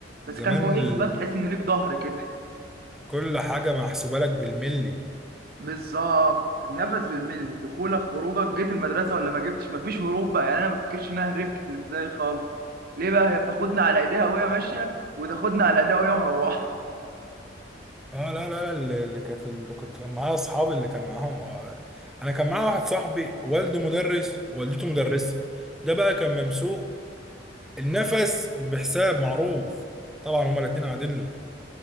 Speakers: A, on the right; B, in the centre.
A: بس
B: زمان
A: كان كويس
B: ال-
A: فاهم تحس ان ليك ظهر كده
B: كل حاجه محسوبه لك بالملي
A: بالظبط نفس بالملي دخولك خروجك جيت المدرسه ولا ما جبتش مفيش هروب بقى يعني انا ما افتكرش ان انا هربت في الابتدائي خالص ليه بقى هي بتاخدنا على ايديها وهي ماشيه وتاخدنا على ايديها وهي مروحه <laughs>
B: اه لا لا لا اللي كانت اللي كنت كان معايا اصحابي اللي كان معاهم آه. انا كان معايا واحد صاحبي والده مدرس والدته مدرسه ده بقى كان ممسوك النفس بحساب معروف طبعا هما الاتنين قاعدين له